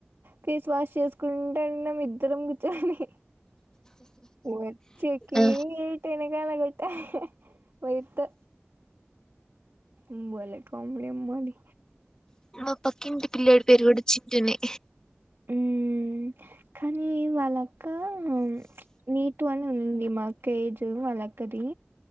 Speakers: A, on the right (about 75°); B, on the left (about 15°).
A: ఫేస్ వాష్ చేసుకుంటాన్నాం ఇద్దరం కూర్చొని. వచ్చే కిట్
B: ఆ
A: ఎనకాల కొట్ త వైర్ తో ఉం బలే కాండీ అంబాలి
B: మా పక్కంటి పిల్లడి పేరు కూడా చింటూనే
A: ఉమ్మ్ కానీ వాళ్ళక్ కామ్ నీట్ మా అక్క ఏజ్ అనమోదీమా కేజ్ వాళ్ళక్కది